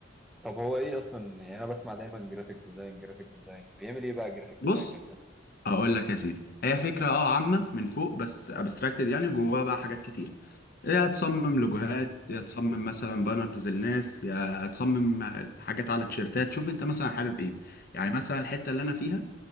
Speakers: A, in the centre; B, on the left.
A: طب هو ايه اصلا يعني انا بسمع دايما جرافيك ديزاين جرافيك ديزاين بيعمل ايه بقى الجرافيك
B: بص
A: ديزاينر ده
B: هقول لك يا سيدي هي فكرة اه عامة من فوق بس ابستراكتد يعني جواها بقى حاجات كتير يا تصمم لوجوهات يا تصمم مثلا بانرز للناس يا تصمم حاجات على تيشيرتات شوف انت مثلا حابب ايه يعني مثلا الحتة اللي انا فيها